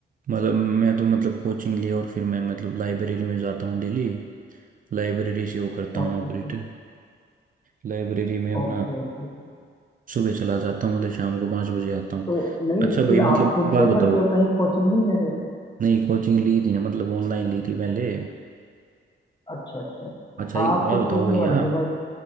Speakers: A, on the right; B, on the left.
A: मतलब मैं तो मतलब कोचिंग लिया और फिर मैं मतलब लाइब्रेरी में जाता हूँ डेली लाइब्रेरी से वो करता
B: Okay
A: हूँ ऑपरेट
B: okay
A: लाइब्रेरी में अपना
B: Okay okay
A: सुबह चला जाता हूँ मतलब शाम को पाँच बजे आता हूँ
B: तो नहीं
A: अच्छा भाई
B: फिर
A: मतलब
B: आप खुद
A: बात
B: से ही
A: बताओ
B: पढ़ते हो कहीं कोचिंग नहीं ले रहे हो
A: नहीं कोचिंग ली थी ना मतलब ऑनलाइन ली थी पहले
B: अच्छा अच्छा
A: अच्छा
B: हाँ
A: एक
B: आप
A: बात
B: कुछ
A: बताओ
B: पूछने
A: भैया
B: वाले थे भाई